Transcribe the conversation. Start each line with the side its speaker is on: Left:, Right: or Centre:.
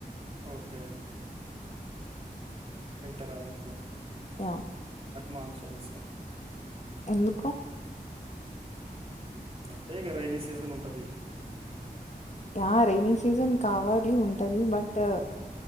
Right: ఓకే వెంటార మీకు
Left: య
Right: మన్సూన్ ఇష్టం
Left: ఎందుకు
Right: అంటే ఇగ రైనీ సీజన్ ఉంటది
Left: ఆ రెైన సీజన్ కావాలి ఉంటది బట్
Right: హ్మ్.